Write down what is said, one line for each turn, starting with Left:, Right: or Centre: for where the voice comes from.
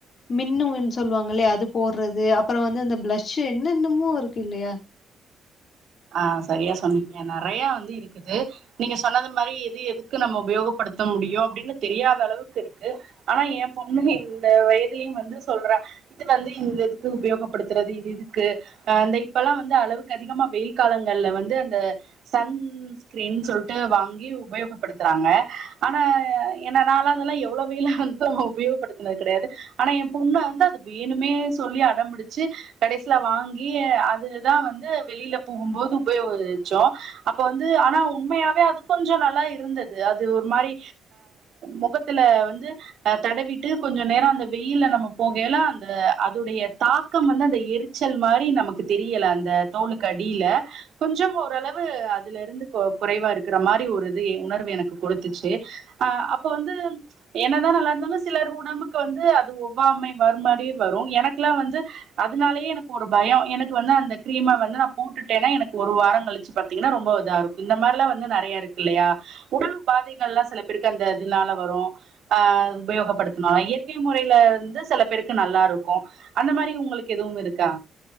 Left: மின்னு இன் சொல்வாங்கில்லயா அது போட்றது அப்பறம் வந்து இந்த பிளஷு என்னென்னமோ இருக்கு இல்லயா
Right: அ சரியா சொன்னீங்க நெறைய வந்து இருக்குது நீங்க சொன்னது மாரி எது எதுக்கு நம்ம உபயோகப்படுத் நடத்த முடியும் அப்டின்னு தெரியாத அளவுக்கு இருக்கு ஆனா எ பொண்ணு இந்த வயதிலயும் வந்து சொல்றா இது வந்து இந்த இதுக்கு உபயோகப்படுத்துறது இது இதுக்கு அந்த இப்பல்லா வந்து அளவுக்கு அதிகமா வெயில் காலங்கள்ல வந்து அந்த சன்ஸ்கிரீன் சொல்ட்டு வாங்கி உபயோகப்படுத்துறாங்க ஆனா என்ன நால அதெல்லாம் எவ்ளோ வெயிலா வந்து உபயோகப்படுத்துனது கெடையாது ஆனா எ பொண்ணு வந்து வேணுமே சொல்லி அடம் புடிச்சு கடைசியில வாங்கி அதுதா வந்து வெளில போம்போது உபயோகிச்சோ அப்ப வந்து ஆனா உண்மையாவே அது கொஞ்ச நல்லா இருந்தது அது ஒரு மாரி முகத்துல வந்து தடவிட்டு கொஞ்ச நேர அந்த வெயில்ல நம்ம போகே ல அந்த அதுடைய தாக்கம் வந்து அந்த எரிச்சல் மாரி நமக்கு தெரியல அந்த தோலுக் கடியில கொஞ்சம் ஓரளவு அதுல இருந்து குறைவா இருக்கிற மாரி ஒரு இது உணர்வு எனக்கு கொடுத்துச்சு அப்ப வந்து என்னதா நல்லா இருந்தாலும் சிலர் உடம்புக்கு வந்து அது ஒவ்வா மை வரு மாரியே வரும் எனக்குலாம் வந்து அதுனாலயே எனக்கு ஒரு பயம் எனக்கு வந்து அந்த கிரீமை வந்து நா போட்டுட்டேனா எனக்கு ஒரு வார கழிச்சு பாத்தீங்கனா ரொம்ப இதா இருக்கும் இந்த மாரில்லா வந்து நெறைய இருக்குல்லயா உடல் பாதைகள்லா சில பேருக்கு அந்த இதுனால வரும் உபயோகப்படுத்த இயற்கை முறையில வந்து சில பேருக்கு நல்லாருக்கும் அந்த மாரி உங்களுக்கு எதுவு இருக்கா